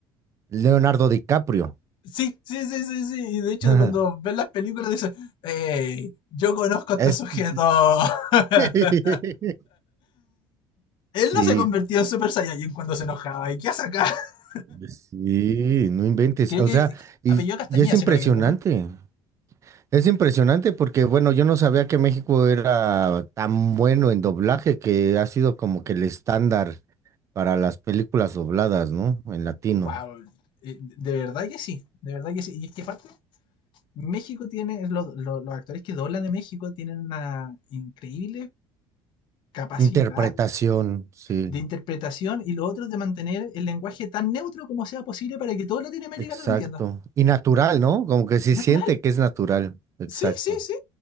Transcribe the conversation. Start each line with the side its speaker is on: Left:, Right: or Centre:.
Right: Leonardo DiCaprio.
Left: Sí, sí, sí, sí, sí. Y de hecho,
Right: <laughs>
Left: cuando ves las películas, dices, hey, yo conozco a
Right: Este,
Left: este sujeto. <laughs>
Right: <laughs>
Left: Él
Right: sí.
Left: no se convirtió en Super Saiyajin cuando se enojaba. ¿Y qué hace acá? <laughs>
Right: Sí, no inventes.
Left: Creo
Right: O
Left: que
Right: sea,
Left: que-
Right: y,
Left: apellido Castañeda,
Right: y es impresionante.
Left: si no me equivoco, ¿no?
Right: Es impresionante porque, bueno, yo no sabía que México era tan bueno en doblaje que ha sido como que el estándar para las películas dobladas, ¿no? En latino.
Left: Wow. De verdad que sí, de verdad que sí. Y es que aparte, México tiene, lo- lo- los actores que doblan de México tienen una increíble capacidad
Right: Interpretación, sí,
Left: de interpretación y lo otro es de mantener el lenguaje tan neutro como sea posible para que todo Latinoamérica
Right: exacto.
Left: lo entienda.
Right: Y natural, ¿no? Como que se
Left: Natural.
Right: siente que es natural, exacto.
Left: Sí, sí, sí.